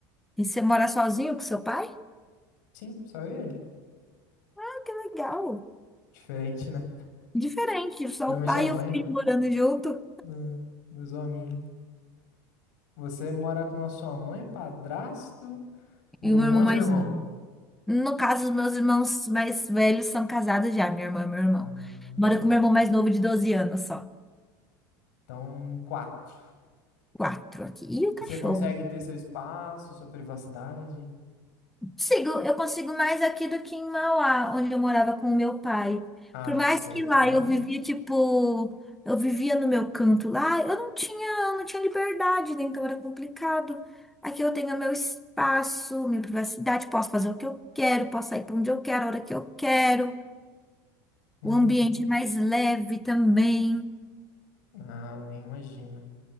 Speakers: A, in the centre; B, on the left (about 75°).
A: E você mora sozinho com seu pai?
B: Sim, só ele.
A: Ah, que legal.
B: Diferente, né?
A: Diferente, só
B: Geralmente
A: o pai
B: a mãe,
A: e o filho morando junto.
B: hum, dos hominhos. Você mora com a sua mãe, padrasto e
A: E
B: um
A: o meu
B: monte
A: irmão mais
B: de irmão.
A: novo. No caso, os meus irmãos mais velhos são casados já, minha irmã e meu irmão.
B: Ah.
A: Moro com meu irmão mais novo de 12 anos só.
B: Então, quatro.
A: Quatro aqui. E o cachorro?
B: E você consegue ter seu espaço, sua privacidade?
A: Consigo, eu consigo mais aqui do que em Mauá, onde eu morava com o meu pai.
B: Ah,
A: Por mais
B: com seu
A: que lá
B: pai?
A: eu vivia, tipo, eu vivia no meu canto lá, eu não tinha, eu não tinha liberdade, né? Então era complicado. Aqui eu tenho meu espaço, minha privacidade, posso fazer o que eu quero, posso sair para onde eu quero, a hora que eu quero.
B: Uhum.
A: O ambiente é mais leve também.
B: Ah, nem imagino.